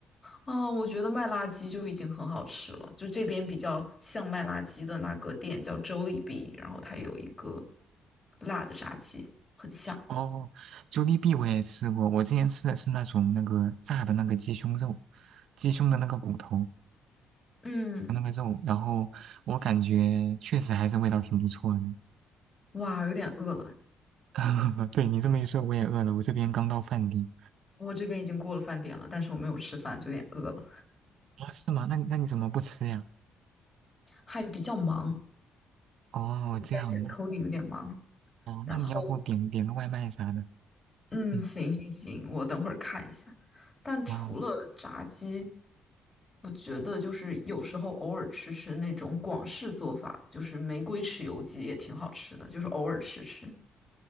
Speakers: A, on the left; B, on the right.
A: 啊，我觉得麦辣鸡就已经很好吃了，就这边比较像麦辣鸡的那个店叫 Jollibee，然后它有一个辣的炸鸡，很像。
B: 哦 j o l 我也吃过，我之前吃的是那种那个炸的那个鸡胸肉，鸡胸的那个骨头。
A: 嗯，
B: 那个肉，然后我感觉确实还是味道挺不错的。
A: 哇，有点饿了，
B: <laughs> 对你这么一说，我也饿了，我这边刚到饭点。
A: 我这边已经过了饭点了，但是我没有吃饭，就有点饿了，
B: 啊，是吗？那那你怎么不吃呀？
A: 还比较忙，
B: 哦，
A: 就是在写
B: 这样的。
A: coding 有点忙，
B: 哦，
A: 然后
B: 那你要不点点个外卖啥的？
A: 嗯，
B: 嗯，
A: 行行行，我等会儿看一下。但除了炸鸡，
B: 哦，
A: 我觉得就是有时候偶尔吃吃那种广式做法，就是玫瑰豉油鸡也挺好吃的，就是偶尔吃吃。